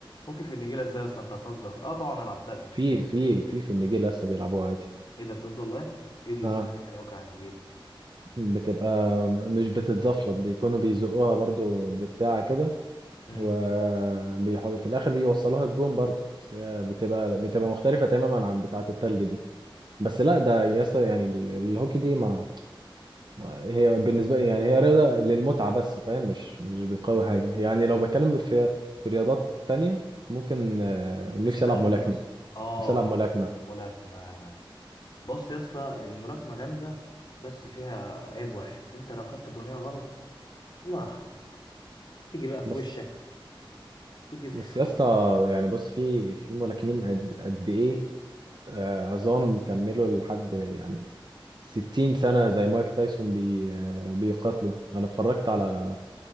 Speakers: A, on the left; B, on the right.
A: هوكي في النجيلة ازاي يا اسطى انت هتهزر اه طبعا أنا لعبتها
B: في في في في النجيله لسه بيلعبوها عادي
A: ايه ده بجد والله ايه دي ازاي
B: اه
A: يعني وجع النجيله
B: بتبقى مش بتتزفلط بيكونوا بيزقوها برضو ببتاع كده
A: امم
B: وبيحط في الاخر بيوصلوها الجون برضو بس هي بتبقى بتبقى مختلفة تماما عن بتاعة التلج دي بس لا ده يسطا يعني ال- الهوكي دي ما ما- هي بالنسبة لي يعني هي رياضة للمتعة بس فاهم مش مش بتقوي حاجة يعني لو بتكلم في في رياضات تانية ممكن آه، نفسي
A: السله
B: ألعب ملاكمة
A: مثلا اه
B: نفسي ألعب ملاكمة
A: الملاكمه بص يا اسطى الملاكمه جامده بس فيها عيب واحد انت لو خدت بنيه غلط الله يرحمه تيجي بقى في
B: بس
A: وشك تيجي في
B: بس يا اسطى يعني بص في في ملاكمين قد قد ايه آه، عظام كملوا لحد يعني 60 سنة زي مايك تايسون بي آه، بيقاتلوا أنا اتفرجت على